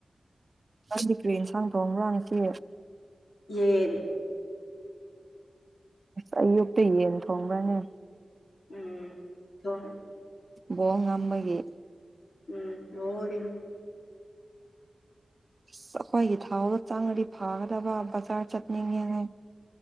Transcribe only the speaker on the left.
ꯌꯦꯟ
ꯎꯝ ꯊꫭꯡꯉ‌ꯦ
ꯎꯝ ꯕꫭꯜꯒꯤꯅꯤ